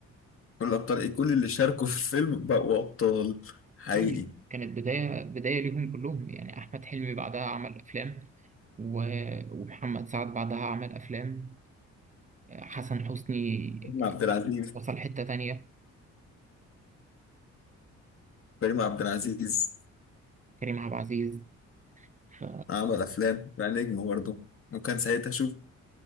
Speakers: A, on the left (about 45°); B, on the right (about 25°).
A: كل الأبطال إيه كل اللي شاركوا في الفيلم بقوا أبطال حقيقي
B: مم. كانت بدايه بدايه ليهم كلهم يعني احمد حلمي بعدها عمل افلام و- ومحمد سعد بعدها عمل أفلام حسن حسني
A: كريم عبد العزيز
B: وصل حتة تانية
A: كريم عبد العزيز
B: كريم عبد العزيز ف-
A: عمل أفلام بقى نجم برضه وكان ساعتها شوف